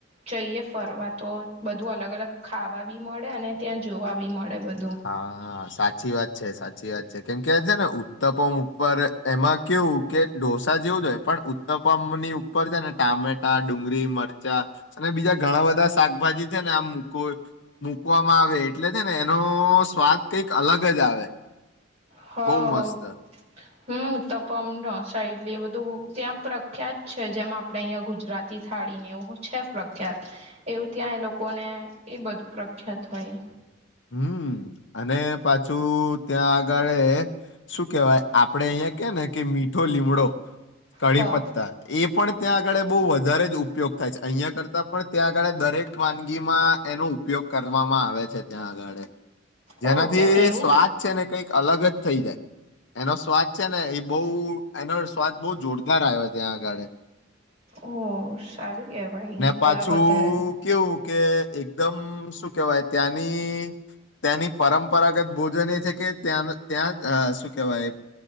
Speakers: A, on the right; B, on the left.
A: જઈએ ફરવા, તો બધું અલગ અલગ ખાવા બી મળે અને, ત્યાં જોવા બી મળે બ
B: હા સા સાચી વાત છે સાચી વાત છે, કેમ કે છે ને ઉત્તપમ ઉપર એમાં કેવું કે ઢોસા જેવ પણ ઉત્તપમ ની ઉપર છે ને ટામેટા, ડુંગળી, મરચા અને બીજા ઘણા બધા શાકભાજી છે ને, આમ મક મકવામાં આવે એટલે છે ને એનો સ્વાદ કઈક અલગ જ આવે
A: હા
B: બહુ મસ્ત
A: હમ ઉત્તપમ, ડોસા, એલી બધું તો ત્યાં પ્રખ્યાત છે, જેમ આપડે અહં ગુજરાતી થાળીને એવું છે પ્રખ્યાત એ એું ત્યાં એ લોકોને એ, બધું પ્રખ્યાત હોય
B: હમ, અને પાછું ત્યાં આગળ શું કેવાય આપડે અહિયાં ને કે મીઠો લીમડો, કદી
A: હા
B: પત્તા એ પણ ત્યાં આગળ બહુ વધારે જ ઉપયોગ થાય છે, અહિયાં કરતાં પણ ત્યાં આગળ દરેક વાનગી માં એનો ઉપયોગ કરવામાં આવે છે, ત્યાં આગળ જેનાથી
A: ઓ કેમ એવું
B: સ્વાદ છે ને કઈ અલગ જ થઇ જાય એનો સ્વાદ છે ને એ બહુ એનો સ્વાદ બહુ જોરદાર આવ્યો ત્યાં અગાડે
A: ઓ સારું કે વયે તો
B: પાછું
A: એ વધારે
B: કેવું કે એકદમ શું કેહેવાય ત્યાંની તેની પરંપરાગત ભોજન એ છે કે, ત્યાં ત્યાં શું કેવાય